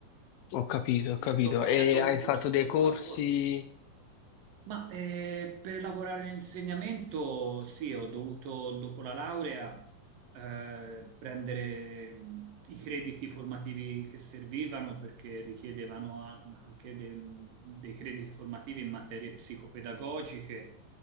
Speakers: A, on the left; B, on the right.
A: Ho capito,
B: Mm,
A: ho capito.
B: Sto facendo
A: E hai
B: comunque
A: fatto
B: un secondo
A: dei corsi?
B: lavoro. Ma eh, per lavorare in insegnamento, sì, ho dovuto dopo la laurea eh, prendere mh, i crediti formativi che servivano perché richiedevano a- ma anche de- dei crediti formativi in materie psicopedagogiche